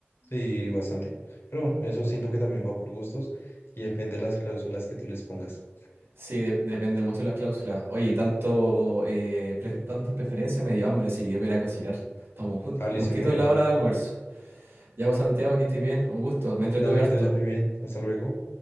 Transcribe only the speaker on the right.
Sí, de- depende mucho de las cláusulas. Oye, y tanto, eh, pre- tantas preferencias me dio hambre, así que yo voy a ir a cocinar. Estamos jus-
justito
en la hora de almuerzo. Ya, pues, Santiago, que estés bien. Un gusto. Me entretuve
harto.